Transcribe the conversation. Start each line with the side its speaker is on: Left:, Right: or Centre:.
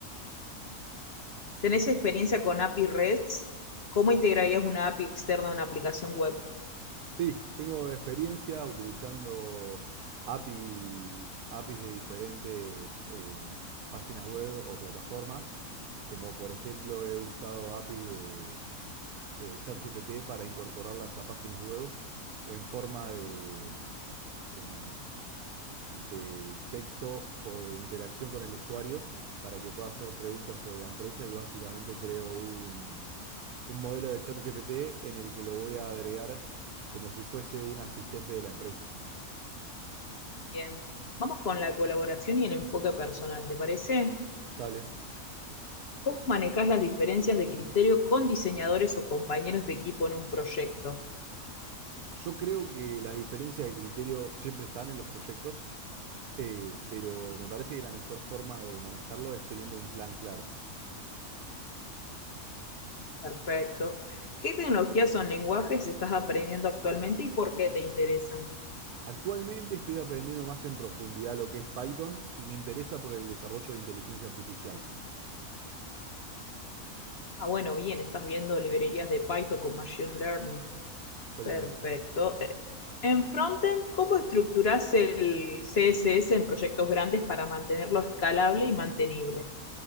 Left: ¿Tenés experiencia con API REST? ¿Cómo integrarías una API externa a una aplicación web?
Right: Sí, tengo experiencia utilizando API, APIs de diferentes eh, páginas web o plataformas, como por ejemplo he usado APIs de... eh, ChatGPT para incorporarlas a páginas web en forma de, como de texto o de interacción con el usuario para que pueda hacer preguntas sobre la empresa y básicamente creo un, un modelo de ChatGPT en el que lo voy a agregar como si fuese un asistente de la empresa.
Left: Bien. Vamos con la colaboración y el enfoque personal, ¿te parece?
Right: Dale.
Left: ¿Cómo manejas las diferencias de criterio con diseñadores o compañeros de equipo en un proyecto?
Right: Yo creo que las diferencias de criterio siempre están en los proyectos, eh, pero me parece que la mejor forma de manejarlo es teniendo un plan claro.
Left: Perfecto. ¿Qué tecnologías o lenguajes estás aprendiendo actualmente y por qué te interesan?
Right: Actualmente estoy aprendiendo más en profundidad lo que es Python y me interesa por el desarrollo de inteligencia artificial.
Left: Ah, bueno, bien, estás viendo librerías de Python con Machine Learning.
Right: Exactamente.
Left: Perfecto. Eh, En frontend, ¿cómo estructurás el CSS en proyectos grandes para mantenerlo escalable y mantenible?